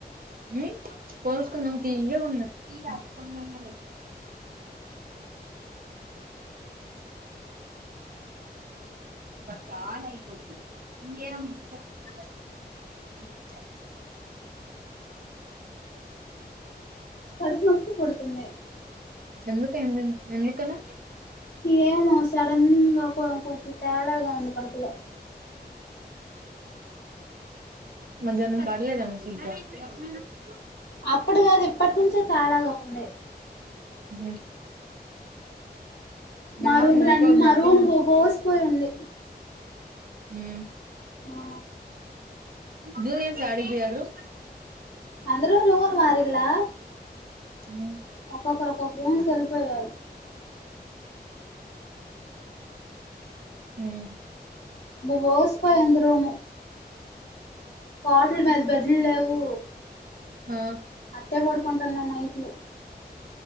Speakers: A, on the right; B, on the left.
A: ఉమ్ కోసుకున్న తీయగా ఉన్నాయి. చానా ఇతుంది <unintelligible> <inaudible>
B: కడుపు నొప్పి పుడుతుంది.
A: ఎందుకు ఏం తీన్ ఎందుకలా
B: ఏమో సడన్గా కొంచెం తేడాగా ఉంది కడుపులో
A: మధ్యాహ్నం పడ్లేదేమో ఫుడ్
B: అప్పుడు కాదు ఇప్పటి నుంచే తేడా గా ఉంది.
A: బ
B: మా
A: నాకు
B: రూమ్ల
A: మోకాలు
B: మా
A: నొప్పిగా
B: రూమ్
A: ఉంది
B: బోసిపోయి ఉంది
A: ఉం
B: ఆ
A: జూనియర్సు యాడికి పోయిర్రు.
B: అందరు రూమ్లు మారిలా
A: హ్మ్
B: ఒక్కొక్కరు ఒక్కొక్క రూమ్ కి వెళ్ళిపోయారు
A: ఉమ్
B: బోసి పోయి ఉంది రూము కోట్ల మీద బెడ్లు లేవు
A: ఆ
B: అట్టే పడుకుంటాన్నా నైట్లు